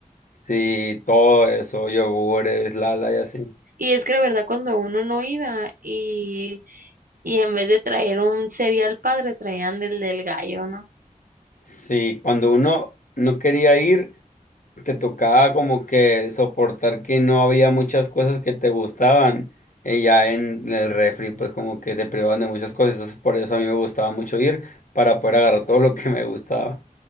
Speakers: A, on the left; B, on the right.
A: Sí, todo eso, yogures, lala y así.
B: Y es que de verdad cuando uno no iba y, y en vez de traer un cereal padre, traían del del gallo, ¿no?
A: Sí, cuando uno no quería ir. te tocaba como que soportar que no había muchas cosas que te gustaban. eh, ya en el refri, pues como que te privaban de muchas cosas. Entonces por eso a mí me gustaba mucho ir para poder agarrar todo lo que me gustaba.